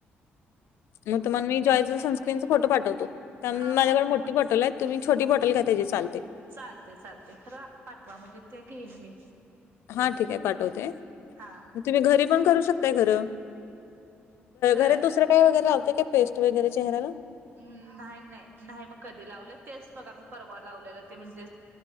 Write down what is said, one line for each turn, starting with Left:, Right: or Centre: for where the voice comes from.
Left: मंग ते मगं मी जॉयचा सस्क्रीनचा फोटो पाठवतो त्यां
Right: हा
Left: माझ्यांकडे
Right: फोटो
Left: मोठी
Right: मला
Left: बॉटल आहेतं तुम्हीं छोटी बॉटल घ्यायची तरी चालते
Right: चालते चालते खरं पाठवां म्हणजे ते घेईन मी
Left: हां ठीक आहे पाठवते
Right: हां
Left: तुम्हीं घरी पणं करूं शकतांय खरं
Right: ग
Left: घरं दुसऱ्यां कायं वगैरें लावते कां पेस्ट वगैरेंचेहऱ्यांला
Right: हम्मं नाहीं नाहीं नाहीं मंग कधी लावले तेचं बघं आम्हीं पर्वा लावलेल ते म्हणजे